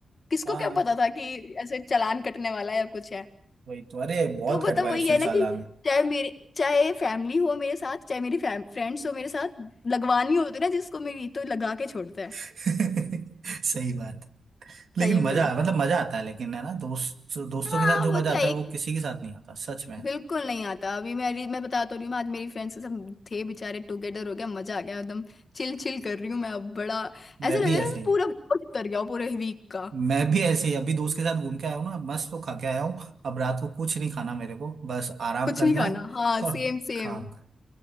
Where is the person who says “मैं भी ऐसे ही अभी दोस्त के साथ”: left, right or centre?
Right